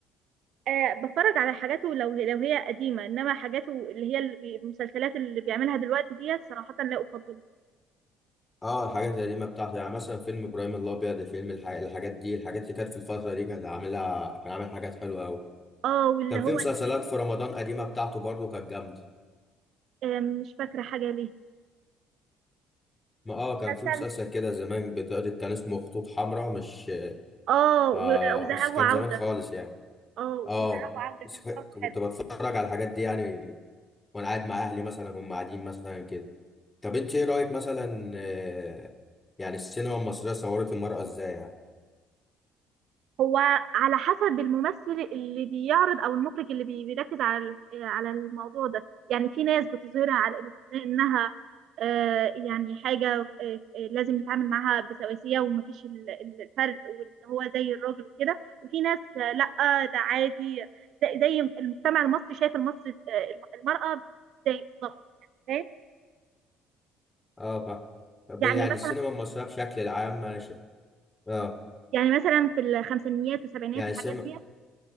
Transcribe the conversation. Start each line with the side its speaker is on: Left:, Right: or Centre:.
Right: آه، بتفرج على حاجاته لو هي لو هي قديمه انما حاجاته اللي هي اللي بي- المسلسلات اللي بيعملها دلوقتي ديت صراحه لا افضله
Left: اه الحاجات القديمه بتاعته يعني مثلا فيلم ابراهيم الابيض فيلم الح... الحاجات دي الحاجات اللي كانت في الفتره دي كان عاملها كان عامل حاجات حلوه قوي
Right: اه واللي
Left: كان
Right: هو
Left: في مسلسلات
Right: تيتو
Left: في رمضان قديمه بتاعته برضو كانت جامده
Right: آه، مش فاكره حاجه ليه
Left: ما اه كان
Right: مسلسل
Left: في مسلسل كده زمان بتقعد كان اسمه خطوط حمراء مش
Right: اه و-
Left: ف...
Right: وذهاب
Left: بس كان
Right: وعوده
Left: زمان خالص يعني
Right: اه
Left: اه
Right: وذهاب وعوده
Left: بس
Right: كان
Left: ك-
Right: برضه
Left: كنت
Right: حلو
Left: بتفرج على الحاجات دي يعني وانا قاعد مع اهلي مثلا هم قاعدين مثلا كده طب انت ايه رايك مثلا آه، يعني السينما المصريه صورت المراه ازاي يعني
Right: هو على حسب الممثل اللي بيعرض او المخرج اللي بي- بيركز على ال- على الموضوع ده يعني في ناس بتظهرها على الإنس- انها آه، يعني حاجه آه، آه، لازم نتعامل معاها بسواسيه ومفيش ال- ال- الفرق وان هو زي الراجل وكده وفي ناس آه، لا ده عادي زي زي المجتمع المصري شايف المصري آه، المراه زي بالظبط فاهم؟
Left: اه بقى طب
Right: يعني
Left: يعني
Right: مثلا
Left: السينما المصريه بشكل العام انا شايف اه
Right: يعني مثلا في الخمسينيات والسبعينات
Left: يعني
Right: الحاجات
Left: السينما
Right: دي